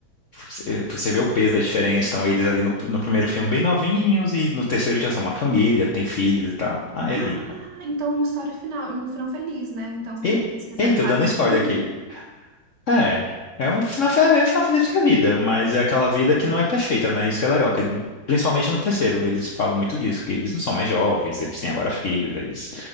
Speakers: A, on the left; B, on the right.
A: você eh, você vê o peso da diferença. Então, eles ali no, no primeiro filme bem novinhos, e no terceiro já são uma família, tem filhos e tal. Ah,
B: Ah,
A: é lindo. pô.
B: então uma história final, um final feliz, né? Então,
A: E,
B: porque eles fizeram,
A: eita,
B: fazem
A: eu dando spoiler
B: um filme.
A: aqui. É, é um final, fe- é um final feliz que é a vida, mas é aquela vida que não é perfeita, né? Isso que é legal, que, no- principalmente no terceiro, eles falam muito disso, que eles não são mais jovens, eles têm agora filhos, eles...